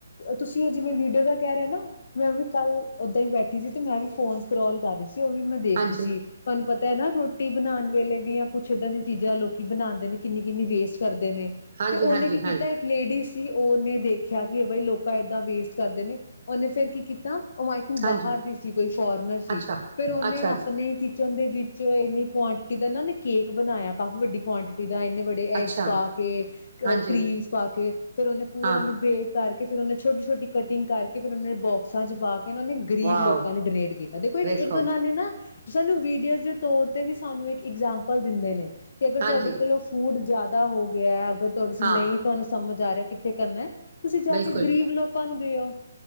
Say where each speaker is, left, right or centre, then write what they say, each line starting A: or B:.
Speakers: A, on the left; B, on the right.
A: ਤੁਸੀਂ ਜਿਵੇਂ ਵੀਡੀਓ ਦਾ ਕਹਿ ਰਹੇ ਹੋ ਨਾ ਮੈਂ ਵੀ ਕੱਲ ਓਦਾਂ ਹੀ ਬੈਠੀ ਸੀ ਤੇ ਮੈਂ ਵੀ ਫੋਨ ਸਕਰੋਲ ਕਰ ਰਹੀ ਸੀ ਉਹ ਵੀ ਮੈਂ ਦੇਖ
B: ਹਾਂਜੀ
A: ਰਹੀ ਸੀ
B: ਹਾਂਜੀ
A: ਤੁਹਾਨੂੰ ਪਤਾ ਹੈ ਨਾ ਰੋਟੀ ਬਣਾਉਣ ਵੇਲੇ ਵੀ ਆ ਕੁਛ ਇੱਦਾਂ ਦੀ ਚੀਜ਼ਾਂ ਲੋਕੀ ਬਣਾਉਦੇ ਨੇ ਕਿੰਨੀ ਕਿੰਨੀ ਵੇਸਟ ਕਰਦੇ ਨੇ
B: ਹਾਂਜੀ
A: ਤੇ ਉਹਨੇ
B: ਹਾਂਜੀ
A: ਕੀ ਕੀਤਾ
B: ਹਾਂਜੀ
A: ਇੱਕ ਲੇਡੀਜ਼ ਸੀ ਉਹਨੇ ਦੇਖਿਆ ਕਿ ਬਈ ਲੋਕਾਂ ਏਦਾਂ ਵੇਸਟ ਕਰਦੇ ਨੇ ਉਹਨੇ ਫੇਰ ਕੀ ਕੀਤਾ ਉਹ ਆਈ ਥਿੰਕ
B: ਹਾਂਜੀ
A: ਬਾਹਰ ਦੀ ਸੀ ਕੋਈ ਫੋਰਨਰ ਸੀ,
B: ਅੱਛਾ,
A: ਫਿਰ ਉਹਨੇ
B: ਅੱਛਾ, ਅੱਛਾ,
A: ਆਪਣੇ ਕਿਚਨ ਦੇ ਵਿੱਚ ਚ ਇੰਨੀ ਕੁਆਂਟਿਟੀ ਦਾ ਨਾ ਨੇ ਕੇਕ ਬਣਾਇਆ ਕਾਫ਼ੀ ਵੱਡੀ ਕੁਆਂਟਿਟੀ ਆ ਇੰਨੇ ਬੜੇ
B: ਅੱਛਾ
A: ਐਗਸ ਪਾ ਕੇ ਅ
B: ਹਾਂਜੀ,
A: ਕਰੀਮਸ ਪਾ ਕੇ ਉਹਨੇ ਪੂਰਾ
B: ਹਾਂ,
A: ਅਨੁਭੇਖ ਕਰਕੇ ਫ਼ਿਰ ਉਹ ਨੇ ਛੋਟੀ ਛੋਟੀ ਕਟਿੰਗ ਕਰਕੇ ਫਿਰ ਉਹਨਾਂ ਨੇ ਬੋਕਸਾਂ ਚ ਵ ਇਹਨਾਂ ਨੇ ਗਰੀਬ
B: ਵਾਓ
A: ਲੋਕਾਂ ਨੂੰ ਡੋਨੇਟ ਕੀਤਾ, ਦੇਖੋ ਇੱਕ
B: ਵੇਖੋ
A: ਉਹਨਾਂ ਨੇ ਨਾ ਸਾਨੂੰ ਵੀਡੀਓਜ਼ ਦੇ ਤੌਰ ਤੇ ਵੀ ਸਾਨੂੰ ਇੱਕ ਇਗਜੈਂਪਲ ਦਿੰਦੇ ਨੇ ਕਿ ਅਗਰ
B: ਹਾਂਜੀ,
A: ਤੁਹਾਡੇ ਕੋਲੋਂ ਫੂਡ ਜ਼ਿਆਦਾ ਅੱਧਾ ਹੋ ਗਿਆ ਅੱ ਤੋੜੀ ਸੀ
B: ਹਾਂ
A: ਨਹੀਂ ਤੁਹਾਨੂੰ ਸਮਝ ਜਾਰੇ ਕਿੱਥੇ ਕਰਨਾ ਐ? ਤੁਸੀਂ ਜਾ
B: ਬਿਲਕੁਲ
A: ਕੇ ਗ਼ਰੀਬ ਲੋਕਾਂ ਨੂੰ ਤੇ ਉਹ